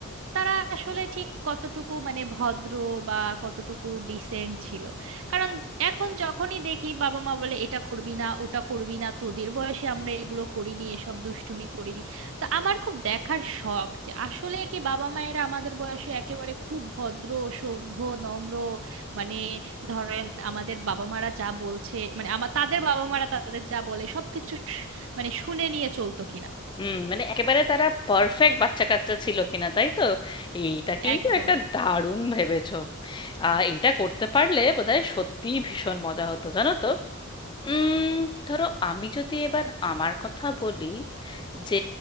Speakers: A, on the right; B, on the left.
A: তারা আসলে ঠিক কতটুকু মানে ভদ্র বা কতটুকু ডিসেন্ট ছিল কারণ এখন যখনই দেখি বাবা মা বলে এটা করবি না ওটা করবি না তোদের বয়সে আমরা এগুলো করিনি এসব দুষ্টুমি করিনি তো আমার খুব দেখার শখ যে আসলে কি বাবা মায়েরা আমাদের বয়সে একেবারে খুব ভদ্র সভ্য নম্র মানে ধরেন আমাদের বাবা মারা যা বলছে মানে আমার তাদের বাবা মারা তাদের যা বলে সবকিছু শ- মানে শুনে নিয়ে চলতো কিনা
B: হুম মানে একেবারে তারা পারফেক্ট বাচ্চা কাচ্চা ছিল কিনা তাই তো এইটা কিন্তু
A: একদম
B: একটা
A: একদম
B: দারুণ ভেবেছো আহ এইটা করতে পারলে বোধহয় সত্যিই ভীষণ মজা হতো জানো তো উম ধরো আমি যদি এবার আমার কথা বলি যে